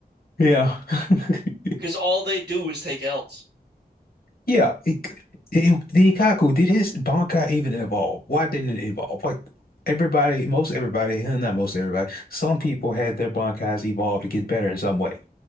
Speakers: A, on the left (about 65°); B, on the right (about 80°).
A: Yeah. <laughs>
B: because all they do is take L's.
A: Yeah. It, it, the Ikkaku, did his Bankai even evolve? Why didn't it evolve? Like everybody, most everybody, eh, not most everybody, some people had their Bankais evolve to get better in some way.